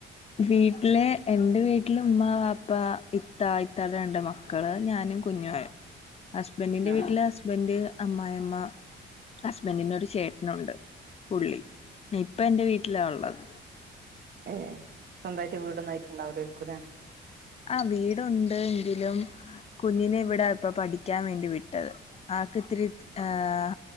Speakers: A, on the left; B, on the right.
A: വീട്ടില് എന്റെ വീട്ട്ല് ഉമ്മ വാപ്പ ഇത്ത ഇത്താടെ രണ്ട് മ മക്കള് ഞാനും കുഞ്ഞാണ് ഹസ്ബന്റിന്റെ
B: ആഹ്
A: വീട്ടില് ഹസ്ബന്റ് അമ്മായമ്മ ഹസ്ബന്റിനൊരു ചേട്ടനുണ്ട് പുളി ഇപ്പ എന്റെ വീട്ടിലാ ഉള്ളത്
B: ഏ സ്വന്തായിട്ട് വീടൊന്നും ആയിറ്റ് ണ്ടാവുലേരികുലെ
A: ആ വീടുണ്ട് എങ്കിലും കുഞ്ഞിനെ ഇവിടാ ഇപ്പ പഠിക്കാൻ വേണ്ടി വിട്ടത് ആക്ക്ത്തിരി ആ ആ